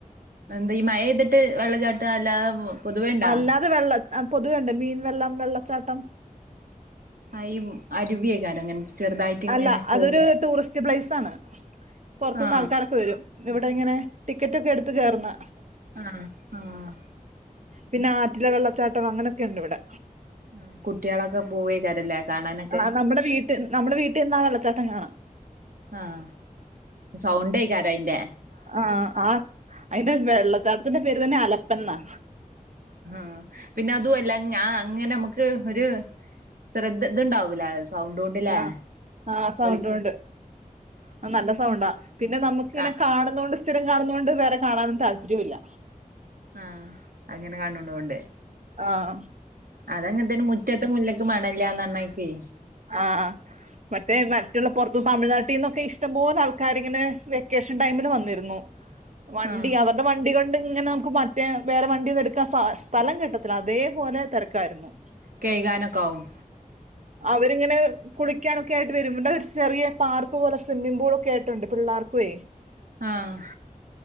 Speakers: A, on the right; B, on the right.
A: എന്താ ഈ മയ പെയ്തിട്ട് വെള്ളച്ചാട്ട അല്ലാതെ പൊതുവേ ഇണ്ടാ
B: അല്ലാതെ വെള്ള ആഹ് പൊതുവെയുണ്ട് മീൻ വെള്ളം വെള്ളച്ചാട്ടം
A: ആഹ് ഇ അരുവിയ അങ്ങനെ ചെറുതായിട്ട് ഇങ്ങനെ
B: അല്ല
A: തോട്
B: അതൊരു ടൂറിസ്റ്റ് പ്ലേസ് ആണ് പുറത്ത്ന്ന്
A: ആഹ്
B: ആൾക്കാരൊക്കെ വരും ഇവിടെ ഇങ്ങനെ ടിക്കറ്റൊക്കെ എടു ത്ത് കേയറുന്ന
A: ആഹ് ആഹ്
B: പിന്നെ ആറ്റില വെള്ളച്ചാട്ടം അങ്ങനൊക്കെ ഉണ്ട് ഇവിടെ
A: ആഹ് കുട്ടികളൊക്കെ പോവേക്കരല്ലേ കാണാനൊക്കെ
B: ആ നമ്മുടെ വീട്ടിൽ നമ്മുടെ വീട്ടിൽ നിന്നാ വെള്ളച്ചാട്ടം കാണാം
A: ആഹ് സൗണ്ടയിക്കരായിന്റെ
B: ആഹ് ആ അയിന്റെ വെള്ളച്ചാട്ടത്തിന്റെ പേര് തന്നെ അല പെണ്ണാ
A: ആഹ് പിന്നെ അതുവല്ല ഞ അങ്ങനെ നമുക്ക് ഒരു ശ്രദ്ധ ഇതുണ്ടാവൂല സൗണ്ടോണ്ട്ല്ലേ
B: ആഹ് ആഹ് സൗണ്ട്
A: ഒലിക്ക്ണ
B: ഉണ്ട് ആ നല്ല സൗണ്ടാ പിന്നെ നമുക്ക്
A: കാ
B: ഇങ്ങനെ കാണുന്നോണ്ട് സ്ഥിരം കാണുന്നോണ്ട് വേറെ കാണാനും താല്പര്യമില്ല
A: ആഹ് അങ്ങനെ കാണുണോണ്ട്
B: ആഹ്
A: അതങ്ങനെ തന്നെ മുറ്റത്തെ മുല്ലക്ക് മണെല്ലാന്ന് <unintelligible>
B: ആഹ് മറ്റേ മറ്റുള്ള പുറത്ത് തമിഴ്നാട്ടിന്നൊക്കെ ഇഷ്ടം പോലെ ആൾക്കാരിങ്ങനെ വെക്കേഷൻ ടൈമിൽ വന്നിരുന്നു വണ്ടി
A: ആഹ്
B: അവരുടെ വണ്ടി കൊ ഇങ്ങനെ നമുക്ക് മറ്റേ വേറെ വണ്ടി ഒന്നും എടുക്കാൻ സ്‌ സ്ഥലം കിട്ടത്തില്ല അതേപോലെ തെരക്കാരുന്നു
A: കെയ്കാനൊക്കെ ആവും
B: അവരിങ്ങനെ കുളിക്കാനൊക്കെ ആയിട്ട് വരുംഇവിടെ ഒരു ചെറിയ പാർക്ക് പോലെ സ്വിമ്മിംഗ് പൂൾ ഒക്കെ ആയിട്ടുണ്ട് പിള്ളേർക്കുവേ
A: ആഹ്